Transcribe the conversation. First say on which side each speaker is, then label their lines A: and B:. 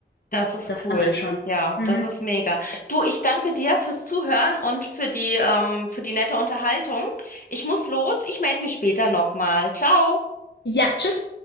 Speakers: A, on the left; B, on the left.
A: Das ist
B: Das
A: cool.
B: kann man schon.
A: Ja,
B: Mhm.
A: das ist mega. Du, ich danke dir fürs Zuhören und für die, ähm, für die nette Unterhaltung. Ich muss los. Ich melde mich später nochmal. Ciao.
B: Ja, tschüss.